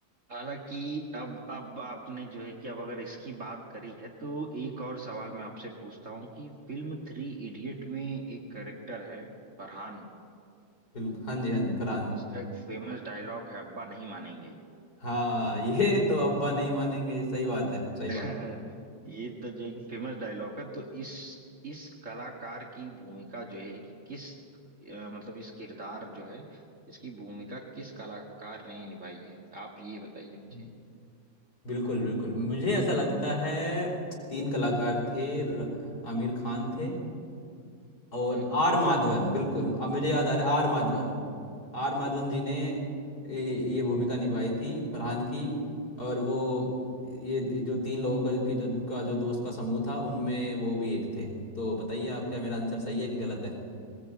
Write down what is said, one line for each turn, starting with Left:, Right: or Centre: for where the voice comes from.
Right: हालांकि अब अब आपने जो है कि अब अगर इसकी बात करी है तो एक और सवाल मैं आपसे पूछता हूँ कि फिल्म थ्री इडियट में एक कैरेक्टर है फरहान
Left: बिल्कुल हाँ जी हाँ जी फरहान
Right: जिसका एक फेमस डायलॉग है अब्बा नहीं मानेंगे
Left: हाँ ये तो अब्बा नहीं मानेंगे ये सही बात है सही
Right: <laughs>
Left: बात
Right: ये तो जो है कि फेमस डायलॉग है तो इस इस कलाकार की भूमिका जो है कि किस अ, मतलब इस किरदार जो है इसकी भूमिका किस कलाकार ने निभाई है आप ये बताइए मुझे
Left: है। बिल्कुल बिल्कुल मुझे ऐसा लगता है तीन कलाकार थे र- आमिर खान थे और
Right: हम्म हम्म
Left: आर माधवन बिल्कुल अब मुझे याद आ रहा है आर माधवन आर माधवन जी ने ये ये भूमिका निभाई थी फरहान की और वो ये जो तीन लोगों का के जो का जो दोस्त का समूह था उनमें वो भी एक थे तो बताइए आप क्या मेरा आंसर सही है कि गलत है